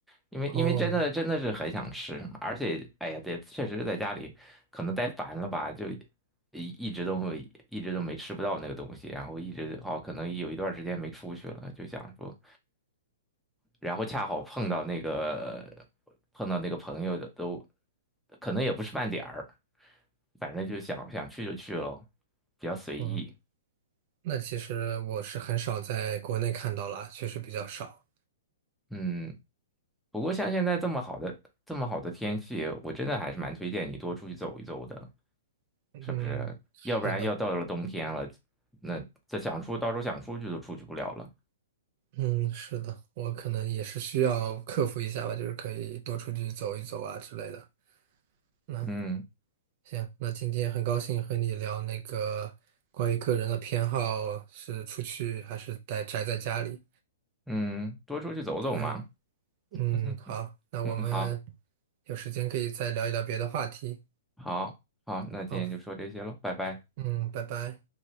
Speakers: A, in the centre; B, on the right.
A: 因为因为真的真的是很想吃，
B: 哦，
A: 而且哎呀，对，确实在家里可能待烦了吧，就一一直都没一直都没吃不到那个东西，然后一直哦，可能有一段时间没出去了，就想说，然后恰好碰到那个碰到那个朋友的都，可能也不是饭点儿，反正就想想去就去咯，比较随意。
B: 嗯，那其实我是很少在国内看到啦，确实比较少。
A: 嗯，不过像现在这么好的这么好的天气，我真的还是蛮推荐你多出去走一走的。
B: 嗯，
A: 是不是？
B: 是的。
A: 要不然要到了冬天了，那这想出到时候想出去都出去不了了。
B: 嗯，是的，我可能也是需要克服一下吧，就是可以多出去走一走啊之类的。那
A: 嗯
B: 行，那今天很高兴和你聊那个关于个人的偏好是出去还是待宅在家里。
A: 嗯，多出去走走嘛。
B: 对，嗯，
A: <laughs>
B: 好，那我们
A: 嗯，好，
B: 有时间可以再聊一聊别的话题。
A: 好，好，那今天就说这些喽，
B: 好，
A: 拜拜。
B: 嗯，拜拜。